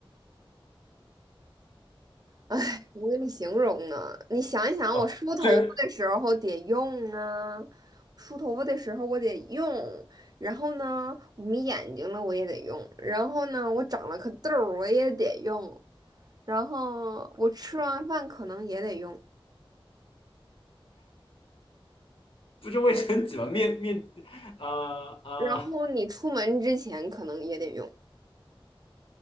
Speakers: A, on the right; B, on the left.
A: 哎，我给你形容啊，你想一想，
B: 哦，
A: 我梳头发的时候得用啊，
B: 这
A: 梳头发的时候我得用，然后呢，我眯眼睛了我也得用，然后呢，我长了颗痘儿我也得用，然后我吃完饭可能也得用，
B: 不就卫生纸吗？面面啊啊、呃呃
A: 然后你出门之前可能也得用，